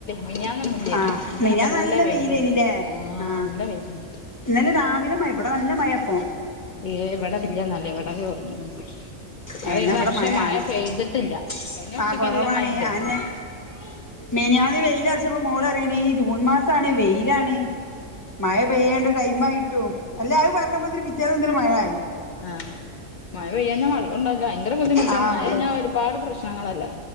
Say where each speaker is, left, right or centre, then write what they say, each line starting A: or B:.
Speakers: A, on the left; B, on the left.
A: മെനഞാന്നൊന്നില്ലാഞ്ഞി
B: ആഹ്
A: മെനഞന്നൊക്കെ
B: മിനിയാന്ന്
A: നല്ല വെയില്യ്നി
B: വെയിലേനില്ലേ
A: ആ
B: ആഹ്
A: നല്ല വെയിലെയ്നി
B: ഇന്നലെ രാവിലെ മഴ ഇവിടെ നല്ല മഴ പ്പോ.
A: ഏ ഇവിടെ വല്യ <unintelligible>
B: ഏഹ്
A: അത്
B: ഇന്നാ
A: ഈ വർഷം
B: ഇവിടെ മഴയാണ്
A: മഴ പെയ്തിട്ടില്ല കഴിഞ്ഞ വർഷക്കെ
B: ആഹ് കൊറവാണ്
A: നല്ല മഴണ്ടാര്ന്ന്.
B: അയെന്നെ മെനിയാന്ന് വെയിൽ അർച്ചപ്പോ മോള് പറിയാണ് ഈ ജൂൺ മാസാണ് വെയിലാണ്. മഴ പെയ്യേണ്ട ടൈം ആയിട്ടും അല്ല അത് പറഞ്ഞപ്പോ പിറ്റേ ദിവസം മുതൽ മഴായി
A: ആ മഴ പെയ്യാഞ്ഞ മഴ കൊണ്ടാ <unintelligible> ഭയങ്കര ബുദ്ധിമുട്ടാണ്
B: ആഹ്
A: മഴ
B: വെള്ളം
A: കഴിഞാൽ ഒരുപാട് പ്രശ്നങ്ങളല്ലേ